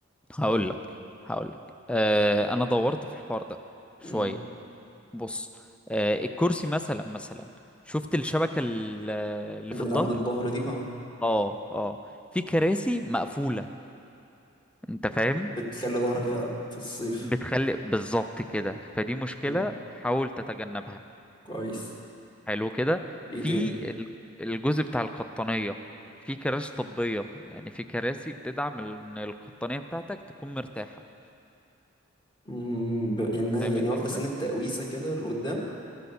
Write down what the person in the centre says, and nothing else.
هقول لك هقول لك آه انا دورت في الحوار ده شوية
بص آه الكرسي مثلا مثلا شفت الشبكة ال- اللي
في الظهر
اه اه في كراسي مقفولة انت فاهم
بتخلي بالظبط كده فدي مشكلة
حاول تتجنبها
حلو كده
في
ال- الجزء بتاع القطنية في كراسي طبية يعني في كراسي بتدعم ان القطنية بتاعتك تكون مرتاحة
فاهم
الفكرة